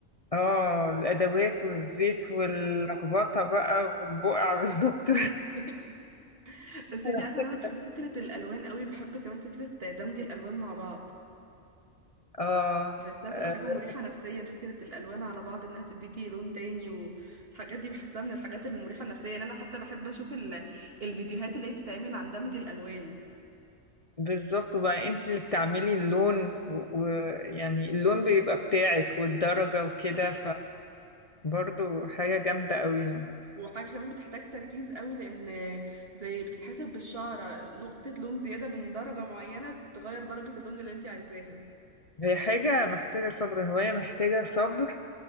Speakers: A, on the left; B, on the right.
A: اه الادوات والزيت واللخبطة بقى والبقع بالظبط
B: <laughs> بس
A: <laughs>
B: انتي عارفة ان انا بحب فكرة الالوان قوي بحب كمان فكرة دمج الالوان مع بعض
A: اه
B: بحسها بتبقى
A: آه،
B: حاجة مريحة نفسيا فكرة الألوان على بعض إنها تديكي لون تاني والحاجات دي بحسها من الحاجات المريحة نفسيا يعني أنا حتى بحب أشوف ال... الفيديوهات اللي هي بتتعمل عن دمج الألوان
A: بالظبط وبقى انت اللي بتعملي اللون ويعني اللون بيبقى بتاعك والدرجة وكده فبرضو حاجة جامدة قوي يعني
B: وحاجة كمان بتحتاج تركيز قوي لأن زي بتتحسب بالشعرة نقطة لون زيادة من درجة معينة تغير درجة اللون اللي انت عايزاها
A: هي حاجة محتاجة صبر هواية محتاجة صبر